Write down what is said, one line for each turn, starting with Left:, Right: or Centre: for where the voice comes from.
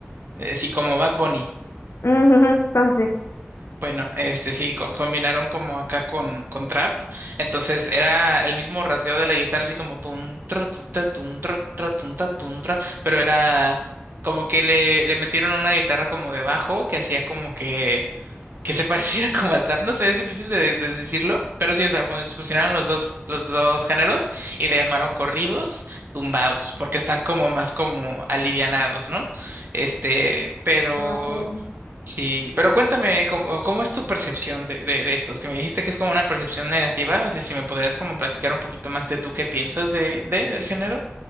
Right: eh, sí, como Bad Bunny.
Left: Ujú, ujú, Entonces,
Right: Bueno, este sí, co- combinaron como acá con, con trap. Entonces era el mismo rasgueo de la guitarra, así como tun, tra, tun, ta, tun, tra, tra, tun, ta, tun, tra, pero era como que le, le metieron una guitarra como de bajo que hacía como que que se <laughs> pareciera como al trap, no sé, es difícil de, de decirlo, pero sí, o sea, fun- fusionaron los dos, los dos géneros y le llamaron corridos tumbados, porque están como más como alivianados, ¿no? Este, pero
Left: Ah, pues.
Right: sí, pero cuéntame, ¿cómo, cómo es tu percepción de, de, de estos? Que me dijiste que es como una percepción negativa, así si me podrías como platicar un poquito más de tú qué piensas de, de, del género.